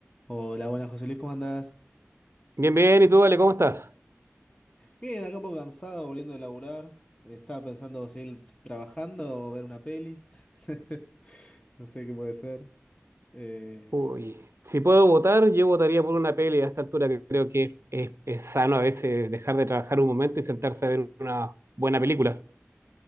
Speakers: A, on the left; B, on the right.
A: Hola, buenas José Luis, ¿cómo andás?
B: Bien, bien, ¿y tú, Ale, cómo estás?
A: Bien, acá un poco cansado, volviendo de laburar. Estaba pensando seguir trabajando o ver una peli. <laughs> No sé qué puede ser. Eh,
B: Uy, si puedo votar, yo votaría por una peli a esta altura que creo que es, es sano a veces dejar de trabajar un momento y sentarse a ver una buena película.